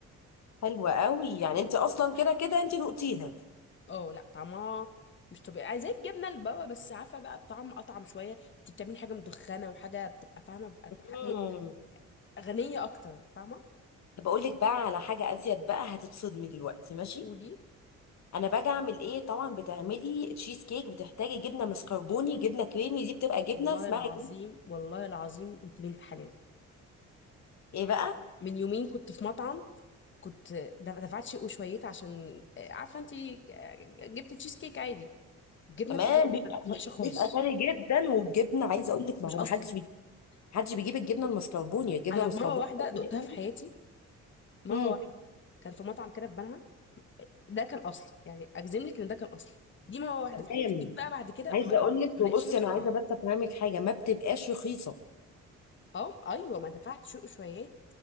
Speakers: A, on the left; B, on the left.
A: حلوة قوي يعني انت اصلا كده كده انت نقتيها
B: اه لا طعمها مش طبيعي زي الجبنه البابا بس عارفه بقى الطعم اطعم شويه انت بتعملي حاجه مدخنه وحاجه بتبقى فاهمه بتبقى ح-
A: مم.
B: م- غنيه اكتر فاهمه
A: طب اقول لك بقى على حاجة ازيد بقى هتتصدمي دلوقتي ماشي
B: ودي
A: انا باجي اعمل ايه طبعا بتعملي تشيز كيك بتحتاجي جبنة مسكربوني جبنة كريمي دي بتبقى جبنة
B: والله
A: اسمها
B: العظيم
A: جبنة
B: والله العظيم انت بنت حلال
A: ايه بقى
B: من يومين كنت في مطعم كنت دف- دفعت شيء وشويت عشان آه، عارفه انت آه، جبت تشيز كيك عادي الجبنه
A: تمام
B: بتاعتها
A: بيبقى
B: كانت وحشه خالص
A: بيبقى غالي جدا والجبنة عايزة اقول لك ما
B: مش
A: هو
B: اصلي
A: ما حدش بي... محدش بيجيب الجبنة المسكربوني الجبنة
B: انا
A: المسكربوني
B: مره واحده
A: غالية
B: دقتها
A: جدا
B: في حياتي مره
A: مم.
B: واحده كان في مطعم كده في بنها ده كان اصلي يعني اجزم لك ان ده كان اصلي دي مره واحده
A: تمام
B: في حياتي جيت بقى بعد كده
A: عايزة
B: ما
A: اقول لك
B: ما
A: وبصي
B: لقيتش نفس
A: انا
B: الطعم
A: عايزة بس افهمك حاجة ما بتبقاش رخيصة
B: اه ايوه ما دفعت شو شويات